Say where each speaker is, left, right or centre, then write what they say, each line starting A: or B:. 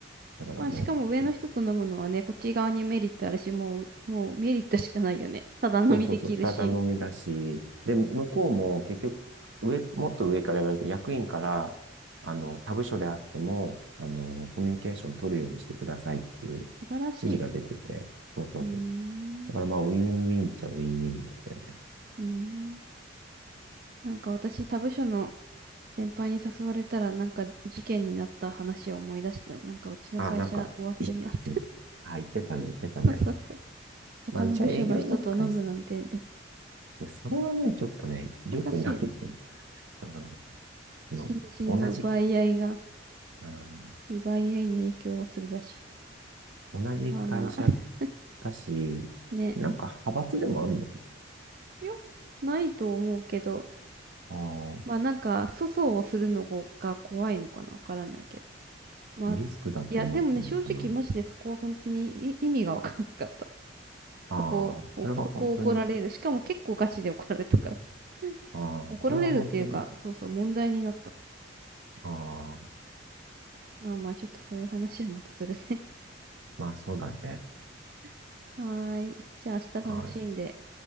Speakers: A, on the right (about 75°); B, on the right (about 50°).
A: だからもう
B: まあ、しかも上の人と飲むのはね、こっち側にメリットあるし、もう、もうメリットしかないよね。ただ飲みできるし。
A: そうそうそう、ただ飲みだし、で、向こうも結局、上、もっと上から言われて、役員から、あの、他部署であっても、あの、コミュニケーション取るようにしてくださいっていう指
B: 素晴らしいね。
A: 示が出てて、そうそうそう。
B: うー
A: だからまあ、
B: ん。
A: ウィンウィンっちゃウィンウィンなんだよね。
B: うーん。なんか私、他部署の先輩に誘われたら、なんか事件になった話を思い出して、なんかうちの会社終わってんなって。
A: あ、なんか、言ってたね。あ、言ってたね、言ってたね。
B: <laughs> そうそうそう。他の部署の人と飲むなんて、
A: まあ、うちは営業の会社、い
B: みたいな。
A: や、それはね、ちょっとね、良くないと思っ
B: おかしいよね。
A: たな。
B: 心身の奪い合いが、
A: 今同じ、うん、
B: 奪い合いに影響をするらしい。
A: 同じ会社
B: まあまあ、<laughs>
A: だし、
B: ね。
A: なんか派閥でもあるの
B: よ、ないと思うけど、
A: ああ、
B: まあなんか、粗相をするのが怖いのかなわからないけど。まあ、
A: リスクだと思ったのかな。
B: いや、でもね、正直マジでそこは本当にい意味がわからなかった。
A: ああ、
B: そこを、
A: それは本当に、
B: そこを怒られる。しかも結構ガチで怒られたから。<laughs>
A: ああ、
B: 怒られるっていうか、
A: それは本当に、
B: そうそう、問題になった。
A: ああ、
B: まあまあ、ちょっとそういう話はまたするね。
A: まあそうだね。
B: <laughs> はーい。じゃあ明日楽しんで。
A: はい、